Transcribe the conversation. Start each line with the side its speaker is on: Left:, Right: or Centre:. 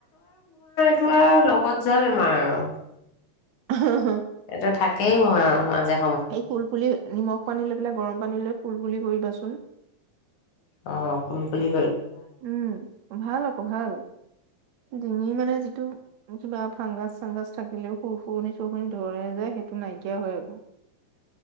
Left: টো লগত যোৱা বেমাৰ আৰু,
Right: <unintelligible>
Left: এইটো থাকেই মোৰ আৰু, মাজা
Right: এই কুলকুলি নিমখ পানী লৈ পেলাই গৰম পানী লৈ কুলকুলি কৰিবাচোন।
Left: অ' কুল কুলি
Right: উম, ভাল আকৌ ভাল ডিঙি মানে যিটো কিবা ফাংগাছ চাংগাছ থাকিলেও সুৰসূৰণি চুৰসূৰণি ধৰে যে, সেইটো নাইকিয়া হয় আকৌ